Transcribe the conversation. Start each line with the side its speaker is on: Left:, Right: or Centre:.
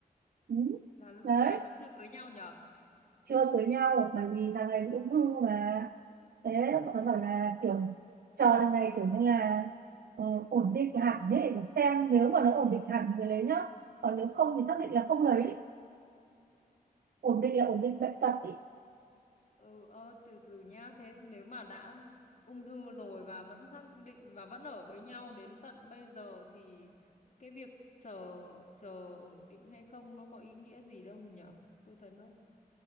Right: ừ.
Left: Là
Right: đấy
Left: là vẫn chưa cưới nhau nhở?
Right: chưa cưới nhau bởi vì thằng này bị ung thư mà thế bọn nó bảo là
Left: Cũng
Right: kiểu chờ thằng này kiểu như là ờ, ổn định hẳn ấy để xem nếu mà nó ổn định hẳn thì mới lấy nhá còn nếu không thì xác định là không lấy ổn định là ổn định bệnh tật ấy
Left: ừ ờ, từ từ nhá. Thế nếu mà đã ung thư rồi và vẫn xác định và vẫn ở với nhau đến tận bây giờ thì cái việc chờ chờ ổn định hay không nó có ý nghĩa gì đâu nhở? Tôi thấy nó